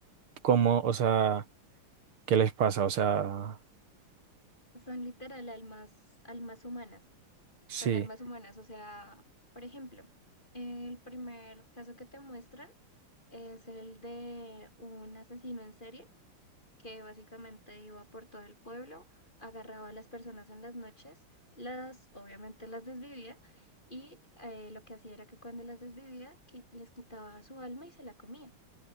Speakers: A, on the right (about 80°); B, on the left (about 20°).
A: ¿cómo, o sea, qué les pasa? O sea,
B: son literal almas, almas humanas. Son
A: sí,
B: almas humanas. O sea, por ejemplo, el primer caso que te muestran es el de un asesino en serie que básicamente iba por todo el pueblo, agarraba a las personas en las noches, las, obviamente las desvivía y eh, lo que hacía era que cuando las desvivía, que les quitaba su alma y se la comía.